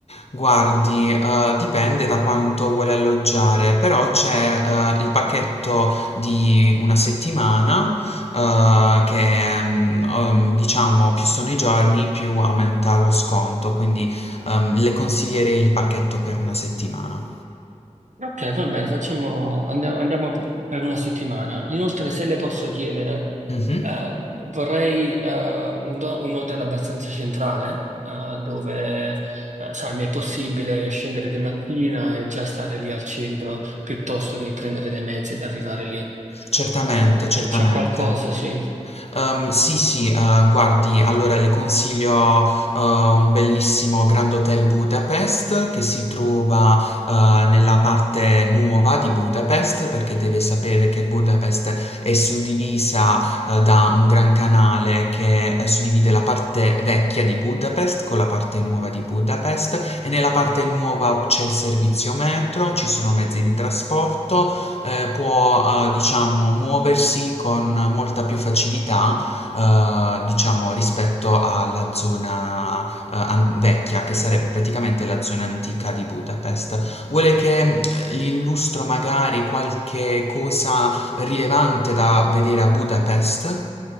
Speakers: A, on the left; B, on the right.
A: Guardi, eh, dipende da quanto vuole alloggiare, però c'è eh, il pacchetto di una settimana, eh, che mm, um, diciamo più sono i giorni, più aumenta lo sconto, quindi ehm, le consiglierei il pacchetto per una settimana.
B: Ok, va bene, facciamo, andiamo, andiamo per una settimana. Inoltre, se le posso chiedere,
A: Mhm.
B: eh, vorrei eh, un, do- un hotel abbastanza centrale, eh, dove, eh, sai, mi è possibile scendere di mattina e già stare lì al centro, piuttosto che prendere dei mezzi ed arrivare lì.
A: Certamente,
B: Ah,
A: certamente.
B: c'è c'è qualcosa, sì.
A: Ehm, sì, sì, ehm, guardi, allora le consiglio, ehm, un bellissimo Grand Hotel Budapest che si trova, ehm, nella parte nuova di Budapest, perché deve sapere che Budapest è suddivisa, ehm, da un gran canale che, eh, suddivide la parte vecchia di Budapest con la parte nuova di Budapest e nella parte nuova c'è il servizio metro, ci sono mezzi di trasporto eh, può eh, diciamo muoversi con molta più facilità eh, diciamo rispetto alla zona eh, an- vecchia che sarebbe praticamente la zona antica di Budapest. Vuole che eh, gli illustro magari qualche cosa rilevante da vedere a Budapest?